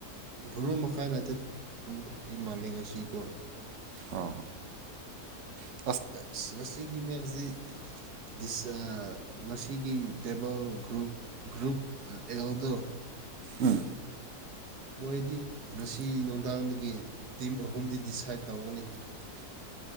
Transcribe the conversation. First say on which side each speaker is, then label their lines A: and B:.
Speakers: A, on the right; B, on the right.
A: ꯚꯣꯔꯣ ꯃꯈꯥꯏ ꯅꯥꯇꯦꯠ ꯇꯨ ꯊꯥꯔꯇꯤ ꯃꯥꯜꯂꯦ ꯉꯁꯤ ꯀꯣ
B: ꯍꯥ ꯍꯥ
A: ꯑꯥ ꯉꯁꯤꯒꯤ ꯃꯦꯁꯗꯤ ꯊꯤꯁ ꯑꯥ ꯉꯁꯤꯒꯤ ꯇꯦꯕꯜ ꯒ꯭ꯔꯨꯞ ꯒ꯭ꯔꯨꯞ ꯑꯦꯜꯗꯣ
B: ꯎꯝ
A: ꯃꯣꯏꯗꯤ ꯉꯁꯤ ꯅꯨꯡꯗꯥꯡꯗꯒꯤ ꯇꯤꯝ ꯑꯍꯨꯝꯗꯤ ꯗꯤꯁꯥꯏꯠ ꯇꯧꯒꯅꯤ
B: <inaudible>